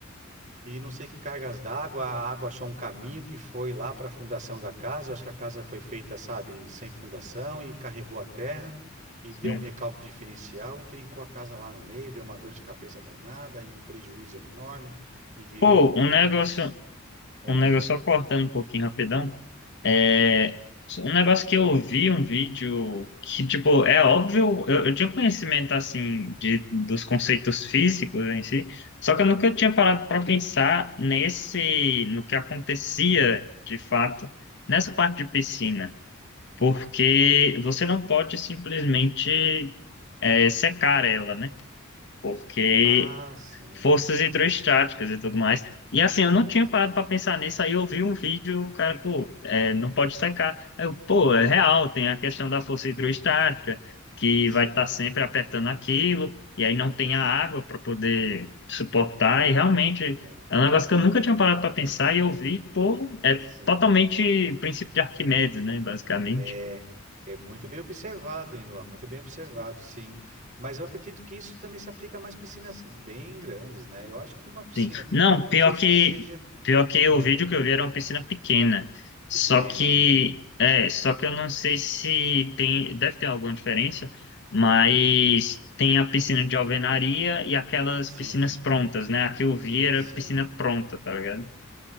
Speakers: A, on the right; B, on the left.
A: e não sei que cargas d'água, a água achou um caminho que foi lá para a fundação da casa, eu acho que a casa foi feita, sabe, sem fundação, e carregou a terra, e
B: sim.
A: deu um recalque diferencial, e trincou a casa lá no meio, deu uma dor de cabeça danada, e um prejuízo enorme, e virou
B: Pô, um negócio,
A: aqueles... Ah,
B: um negócio só cortando um pouquinho rapidão. é, Um negócio que eu vi um vídeo que, tipo, é óbvio, eu, eu tinha conhecimento, assim, de, dos conceitos físicos em si,
A: sim.
B: só que eu nunca tinha parado para pensar nesse, no que acontecia, de fato, nessa parte de piscina. porque você não pode simplesmente é, secar ela, né? Porque
A: Ah, ah, sim.
B: forças hidrostáticas
A: É,
B: e tudo mais. E assim,
A: exato.
B: eu não tinha parado para pensar nisso, aí eu vi um vídeo, o cara, pô, é, não pode secar. Aí eu, pô, é real, tem a questão da força hidrostática,
A: É,
B: que
A: sim.
B: vai estar sempre apertando aquilo, e aí não tem
A: Sim,
B: a água para poder suportar, e realmente.
A: é,
B: É um negócio que eu nunca tinha parado para pensar e eu vi, pô, é
A: sim,
B: totalmente princípio de Arquimedes, né, basicamente.
A: é, é muito bem observado, hein, Luan? Muito bem observado, sim. Mas eu acredito que isso também se aplica a mais piscinas bem grandes, né? Eu acho que uma piscina
B: Sim.
A: pequena,
B: Não,
A: eu não
B: pior
A: sei se
B: que
A: seja
B: pior que
A: ah,
B: o vídeo que eu vi era uma piscina pequena. Só
A: pequena,
B: que
A: né?
B: é, só que eu não sei se tem, deve ter alguma diferença, mas tem a piscina de alvenaria e aquelas
A: Sim,
B: piscinas prontas, né? A que eu vi
A: hum,
B: era
A: sim.
B: piscina pronta, tá ligado?